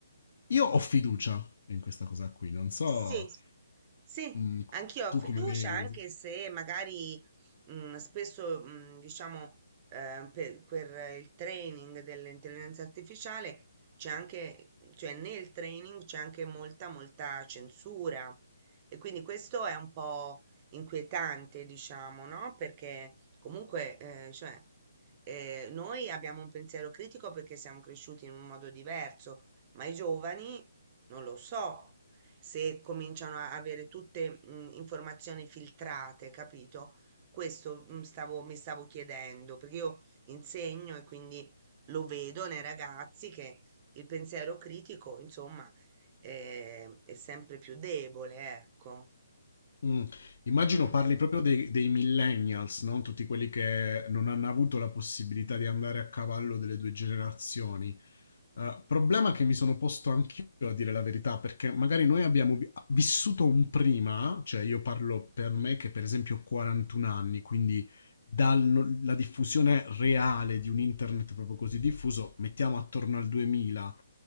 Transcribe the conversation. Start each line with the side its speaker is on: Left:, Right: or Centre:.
Left: io ho fiducia in questa cosa qui. Non so,
Right: Sì, Sì,
Left: mm,
Right: anch'io ho
Left: tu
Right: fiducia,
Left: come vedi.
Right: anche se magari mh, spesso, mh, diciamo, eh, per, per il training dell'intelligenza artificiale c'è anche, cioè nel training c'è anche molta, molta censura. E quindi questo è un po' inquietante, diciamo, no? Perché comunque, eh, cioè, eh, noi abbiamo un pensiero critico perché siamo cresciuti in un modo diverso, ma i giovani non lo so se cominciano a avere tutte mh, informazioni filtrate, capito? Questo mh, stavo- mi stavo chiedendo, perché io insegno e quindi lo vedo nei ragazzi che il pensiero critico, insomma, eh, è sempre più debole, ecco.
Left: Mm. Immagino
Right: Mm.
Left: parli proprio dei, dei millennials, no? Tutti quelli che non hanno avuto la possibilità di andare a cavallo delle due generazioni. Eh, problema che mi sono posto anch'io a dire la verità, perché magari noi abbiamo vi- vissuto un prima, cioè io parlo per me che per esempio ho 41 anni, quindi dalla diffusione reale di un internet proprio così diffuso, mettiamo attorno al 2000